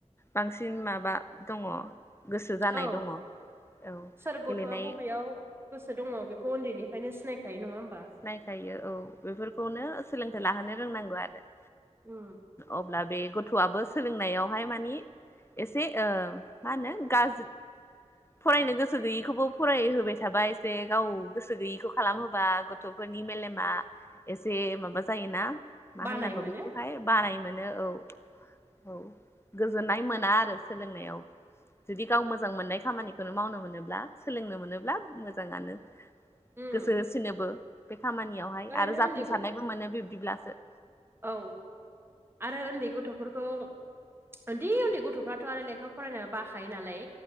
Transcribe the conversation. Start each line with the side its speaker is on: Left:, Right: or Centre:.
Left: बांसिन माबा दङ गोसो जानाय
Right: औ
Left: दङ औ
Right: सोर गथ'वा
Left: गेलेनाय
Right: बबेयाव गोसो दङ बेखौ ओन्दैनिफ्रायनो सिनायखायो नङा होमबा
Left: सिनायखायो औ बेफोरखौनो सोलोंथाइ लाहोनो रोंनांगौ आरो
Right: उम
Left: अब्ला बे गथ'वाबो सोलोंनायावहाय मानि एसे ओ मा होनो गाज्रि फरायनो गोसो गैयैखौबो फरायहोबाय थाबाय एसे गाव गोसो गैयिखौ खालामहोबा ग थ'फोरनि मेलेमा एसे माबा जायोना मा
Right: बानाय
Left: होननांगौ
Right: मोनो
Left: बेखौहाय बानाय मोनो औ औ गोजोननाय मोना आरो सोलोंनायाव जुदि गाव मोजां मोननाय खामानिखौनो मावनो मोनोब्ला सोलोंनो मोनोब्ला मोजाङानो
Right: उम
Left: गोसो होसिनोबो बे खामानियावहाय
Right: ओरैनो
Left: आरो जाफुंसारनायबो
Right: उन्दै
Left: मोनो बिब्दिब्लासो
Right: औ आरो ओन्दै गथ'फोरखौ ओन्दि उन्दै गथ'फ्राथ' आरो लेखा फरायनो बाखायो नालाय